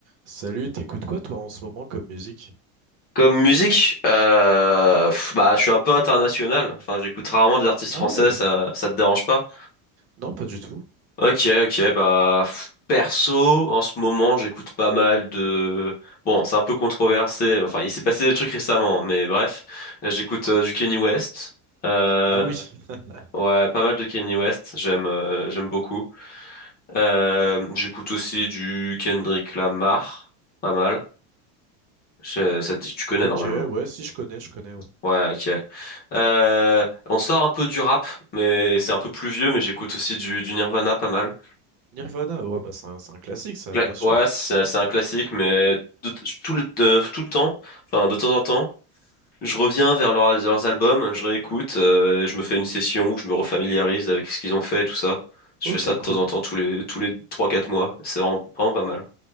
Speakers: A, on the right; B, on the left.
A: Salut, t'écoutes quoi toi en ce moment comme musique?
B: Comme musique, euh, pff, bah, je suis un peu international. Enfin, j'écoute rarement des artistes
A: Ah
B: français,
A: ouais,
B: ça, ça te dérange pas?
A: non pas du tout.
B: Ok, ok, bah, pff, perso, en ce moment, j'écoute pas mal de. Bon, c'est un peu controversé. Enfin, il s'est passé des trucs récemment, mais bref. J'écoute euh, du Kanye West. Euh,
A: Ah oui, <laughs>
B: ouais, pas mal de Kanye West. J'aime, euh, j'aime beaucoup. Euh, j'écoute aussi du Kendrick Lamar. Pas mal. Je- ça te dit que tu connais
A: ok,
B: normalement.
A: ouais, si je connais, je connais, ouais.
B: Ouais, ok. Euh, on sort un peu du rap, mais c'est un peu plus vieux, mais j'écoute aussi du, du Nirvana pas mal.
A: Nirvana, ouais, bah c'est un, c'est un classique ça,
B: Cla-
A: bien sûr.
B: ouais, c'est c'est un classique, mais de- tout le, de- tout le temps, enfin de temps en temps, je reviens vers leurs leurs albums, je réécoute, euh, je me fais une session où je me refamiliarise avec ce qu'ils ont fait et tout ça. Je
A: Ok,
B: fais ça de
A: cool.
B: temps en temps, tous les tous les 3-4 mois. C'est vraiment, vraiment pas mal.